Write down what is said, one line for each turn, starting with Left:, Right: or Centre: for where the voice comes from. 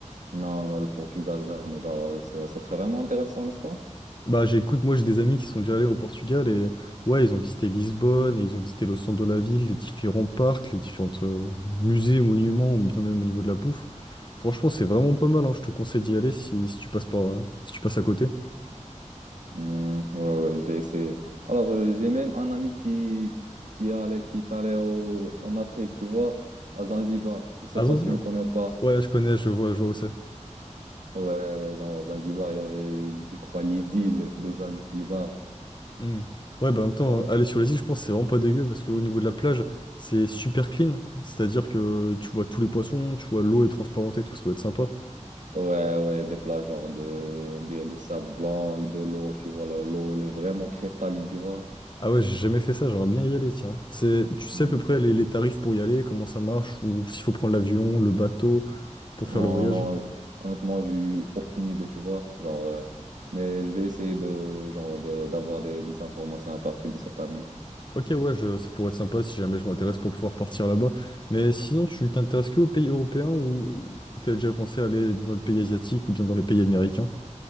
Right: Non, non, le Portugal, jamais. Genre, euh, ça, ça serait vraiment intéressant, n'est-ce pas?
Left: Bah j'écoute, moi j'ai des amis qui sont déjà allés au Portugal et ouais, ils ont visité Lisbonne et ils ont visité le centre de la ville, les différents parcs, les différents musées, monuments ou bien même au niveau de la bouffe. Franchement, c'est vraiment pas mal, hein. Je te conseille d'y aller si, si tu passes par, hein, si tu passes à côté.
Right: Hmm, ouais, ouais, je vais essayer. Alors, euh, j'ai même un ami qui, qui allait qui est allé au, en Afrique, tu vois, à Zanzibar. Je sais
Left: À
Right: pas
Left: Zanzibar.
Right: si tu le connais ou pas.
Left: Ouais, je connais, je vois, je vois où c'est.
Right: Ouais, ouais, genre, Zanzibar, il y avait, je crois, les îles de Zanzibar.
Left: Hmm. Ouais, bah en même temps,
Right: Alors,
Left: aller sur les îles, je pense que c'est vraiment pas dégueu parce qu'au niveau de la plage, c'est super clean. C'est-à-dire que tu vois tous les poissons, tu vois l'eau est transparente et tout, ça doit être sympa.
Right: ouais, ouais, des plages, genre, de, on dirait, de sable blanc et de l'eau, tu vois, là, l'eau, elle est vraiment cristalline, tu vois.
Left: Ah ouais, j'ai jamais fait ça, j'aimerais bien y aller, tiens. C'est, tu sais
Right: Hmm.
Left: à peu près les, les tarifs pour y aller, comment ça marche, ou s'il faut prendre l'avion, le bateau pour
Right: Non,
Left: faire le voyage?
Right: non, honnêtement, j'ai eu aucune idée, tu vois. Genre, euh, mais je vais essayer de, genre, de- d'avoir des, des informations à partir de cet ami.
Left: Ok, ouais, je, ça pourrait être sympa si jamais je m'intéresse pour pouvoir partir là-bas. Mais sinon, tu t'intéresses que aux pays européens ou, ou t'as déjà pensé à aller dans les pays asiatiques ou bien dans les pays américains?